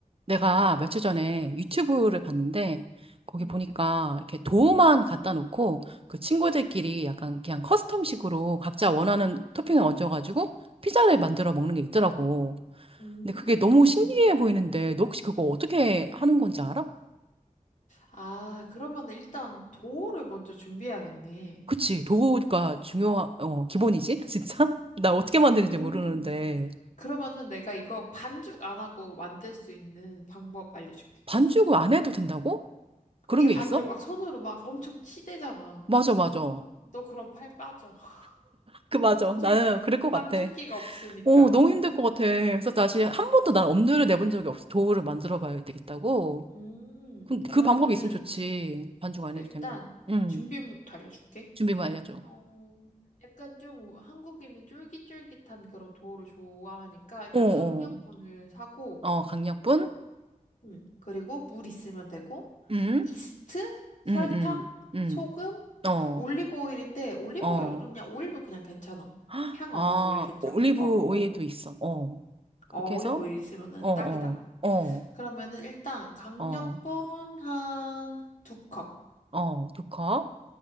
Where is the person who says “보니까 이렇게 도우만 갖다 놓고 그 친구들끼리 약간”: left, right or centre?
Right